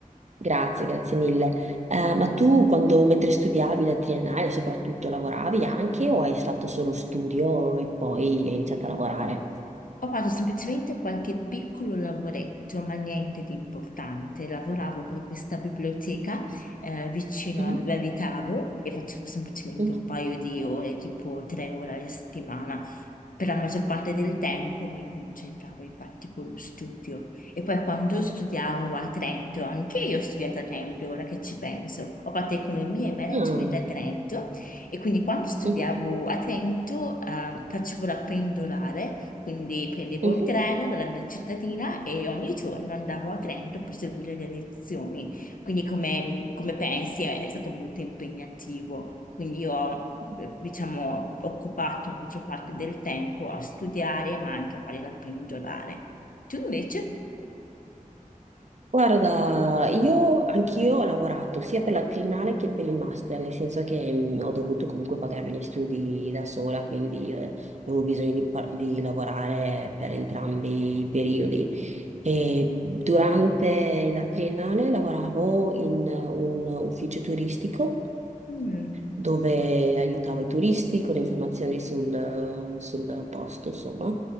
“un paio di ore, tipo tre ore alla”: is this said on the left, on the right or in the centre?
Left